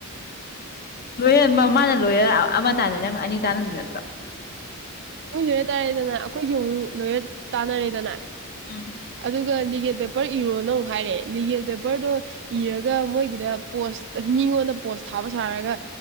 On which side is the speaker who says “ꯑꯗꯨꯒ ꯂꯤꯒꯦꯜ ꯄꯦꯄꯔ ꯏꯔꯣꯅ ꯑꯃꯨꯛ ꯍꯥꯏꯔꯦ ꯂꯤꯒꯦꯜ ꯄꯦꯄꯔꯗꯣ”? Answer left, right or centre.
Right